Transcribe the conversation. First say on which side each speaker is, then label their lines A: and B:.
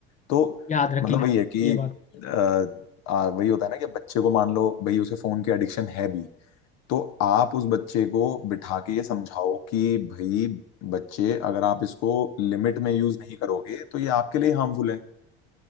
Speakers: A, on the left (about 60°); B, on the left (about 25°).
A: तो
B: याद रखेंगे
A: मतलब वही है कि
B: ये बात
A: अ, आ, वही होता है ना कि बच्चे को मान लो भाई उसे फोन की एडिक्शन है भी तो आप उस बच्चे को बिठा के ये समझाओ कि भाई बच्चे अगर आप इसको लिमिट में यूज नहीं करोगे तो ये आपके लिए हार्मफुल है